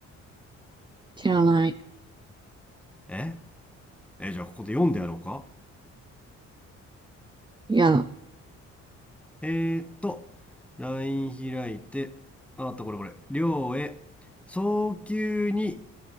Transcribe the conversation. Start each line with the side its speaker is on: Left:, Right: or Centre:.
Right: 知らない。
Centre: ええ、じゃあここで読んでやろうか
Right: いやだ。
Centre: えーっと、LINE 開いて、ああったこれこれ、涼へ、早急に、